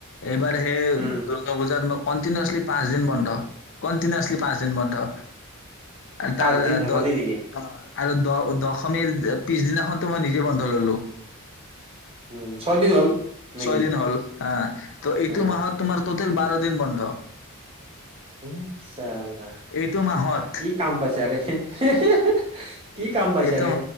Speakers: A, on the left; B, on the right.
A: এইবাৰ সেই
B: উম।
A: দুৰ্গা পূজাত মই কণ্টিনিউৱাছলি পাঁচ দিন বন্ধ। কণ্টিনিউৱাছলি পাঁচ দিন বন্ধ আৰু
B: পাঁচ
A: তাৰ
B: দিন ধেমালি
A: দহ,
B: নেকি
A: অ', আৰু দহ অ', দশমীৰ এ, পিছদিনাখনতো মই নিজে বন্ধ ল'লোঁ।
B: উম ছয় দিন হ'ল নেকি
A: ছয়দিন হ'ল আ। ত', এইটো
B: অ।
A: মাহত তোমাৰ টোটেল বাৰ দিন বন্ধ।
B: !
A: এইটো মাহত
B: !!!!!!!!! <inaudible> পাইছা
A: এইটো,
B: ৰে।